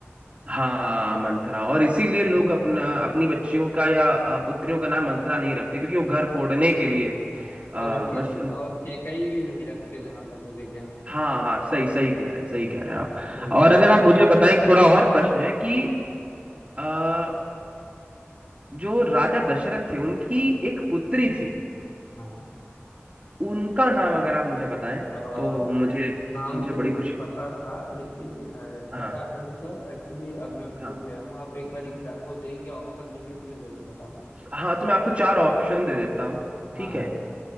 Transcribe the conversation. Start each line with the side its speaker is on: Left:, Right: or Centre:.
Right: हाँ मंथरा और इसीलिए लोग अपना अपनी बच्चियों का या अ, पुत्रियों का नाम मंथरा नहीं रखते क्योंकि वो घर फोड़ने के लिए
Left: हाँ,
Right: आ,
Left: और के
Right: मच,
Left: और केकई भी नहीं रखते जहां तक मुझे ज्ञात
Right: हाँ
Left: है।
Right: हाँ सही सही कह रहे हैं सही कह रहे हैं आप
Left: बिल्कुल,
Right: और अगर आप मुझे बताएं थोड़ा और प्रश्न है कि आ, जो राजा दशरथ थे उनकी एक पुत्री थी
Left: हाँ।
Right: उनका नाम अगर आप मुझे बताएं
Left: और
Right: तो
Left: यार
Right: मुझे
Left: नाम
Right: मुझे
Left: तो
Right: बड़ी
Left: मुझे
Right: खुशी
Left: पता था लेकिन अ,
Right: हाँ
Left: पता है मतलब एक्चुअली अब मैं भूल
Right: हाँ
Left: गया हूँ आप एक बार एग्जाम वो देंगे ऑप्शन देंगे तो मैं जरूर बता दूंगा
Right: हाँ तो मैं आपको चार ऑप्शन दे देता हूँ
Left: हाँ
Right: ठीक है
Left: हाँ